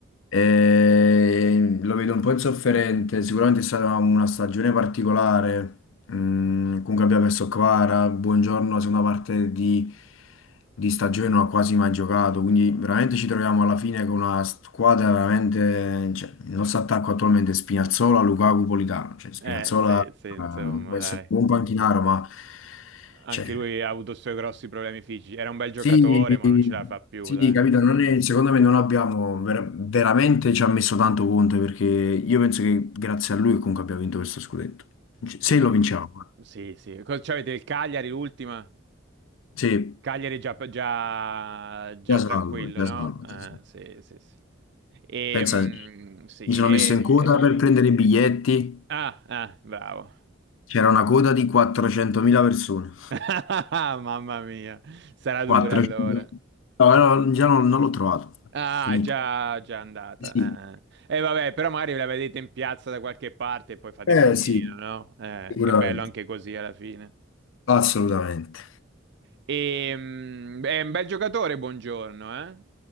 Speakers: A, on the left; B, on the right.
A: E lo vedo un po' insofferente. Sicuramente è stata una stagione particolare. Mm, comunque abbiamo perso Kvara. Buongiorno, la seconda parte di, di stagione non ha quasi mai giocato. Quindi veramente ci troviamo alla fine con una squadra veramente. cioè, il nostro attacco attualmente è Spinazzola, Lukaku, Politano. Cioè, Spinazzola
B: eh. Eh, sì,
A: eh,
B: sì, insomma,
A: può essere
B: dai.
A: un buon panchinaro, ma
B: Anche
A: cioè,
B: lui ha avuto i suoi grossi problemi fisici. Era un bel giocatore,
A: sì,
B: ma non ce la fa più,
A: sì,
B: dai.
A: capito, non è- secondo me non abbiamo ver- veramente ci ha messo tanto Conte perché io penso che grazie a lui comunque abbia vinto questo scudetto. C- Se
B: Sì,
A: lo vinciamo, eh.
B: sì, sì. Cosa- Cioè, avete il Cagliari, l'ultima?
A: sì,
B: Cagliari è già, già, già
A: già salvo,
B: tranquillo,
A: già
B: no?
A: salvo.
B: Ah,
A: già salvo.
B: sì, sì, sì. Ehm,
A: Pensa,
B: sì,
A: mi sono
B: e...
A: messo in coda per prendere i biglietti,
B: Ah, ah, bravo.
A: c'era una coda di 400.000 persone.
B: <laughs> Mamma mia, sarà dura
A: 400...
B: allora.
A: No, no, già non, non l'ho trovato,
B: Ah,
A: finito.
B: già, già andata.
A: Sì,
B: E vabbè, però magari ve la vedete in piazza da qualche parte e poi fate
A: eh
B: casino,
A: sì,
B: no? Eh,
A: sicuramente,
B: è bello anche così alla fine.
A: assolutamente.
B: Ehm, è un bel giocatore, buongiorno, eh?